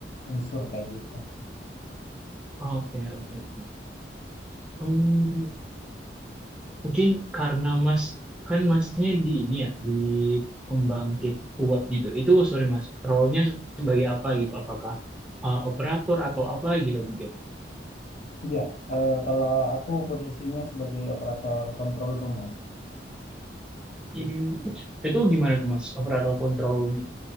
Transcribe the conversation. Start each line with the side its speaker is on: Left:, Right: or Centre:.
Left: unsur kayak gitu.
Centre: oke oke oke. Hmm, mungkin karena Mas kan Masnya di ini ya di pembangkit uap gitu. Itu sorry Mas, role-nya sebagai apa gitu? Apakah uh, operator atau apa gitu mungkin?
Left: Iya, eh, kalau aku posisinya sebagai operator kontrol room Mas.
Centre: Hmm, Itu gimana tuh Mas, operator control room itu?